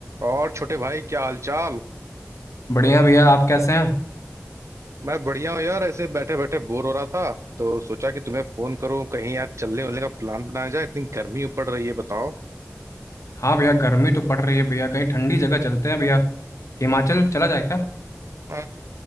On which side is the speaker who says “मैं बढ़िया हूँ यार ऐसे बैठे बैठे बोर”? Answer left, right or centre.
Right